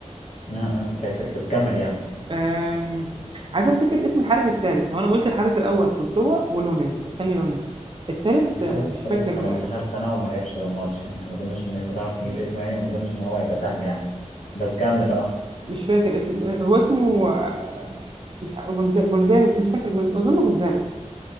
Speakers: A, on the left; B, on the right.
A: آه، آه، كده كسبت بس كمل يعني
B: آم، عايز أفتكر اسم الحارس الثالث هو أنا قلت الحارس الأول كورتوا ولونين التاني لونين التالت
A: الحارس
B: آه، مش
A: التالت
B: فاكر
A: 18 سنة وما لعبش غير ماتش يعني ما أظنش إن أنت تعرف تجيب اسمه يعني وما أظنش إن هو هيبقى سهل يعني بس كمل أه
B: مش فاكر اسمه هو اسمه آه، مش ع- جونزا- جونزاليس مش فاكر جونز... أظن جونزاليس